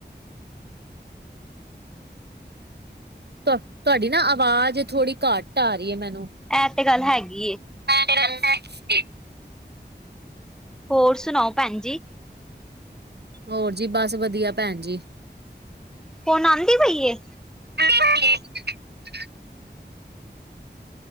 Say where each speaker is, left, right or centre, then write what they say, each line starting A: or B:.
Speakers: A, on the right; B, in the centre.
A: ਤ ਤੁਹਾਡੀ ਨਾ ਆਵਾਜ਼, ਥੋੜੀ ਘੱਟ ਆਰੀ ਐ ਮੈਨੂੰ।
B: ਐ ਤੇ ਗੱਲ ਹੈਗੀ ਏ।
A: <unintelligible>
B: ਹੋਰ ਸੁਣਾਓ ਭੈਣ ਜੀ?
A: ਹੋਰ ਜੀ ਬਸ ਵਧੀਆ ਭੈਣ ਜੀ।
B: ਹੁਣ ਆਂਦੀ ਪਈ ਏ।
A: <unintelligible>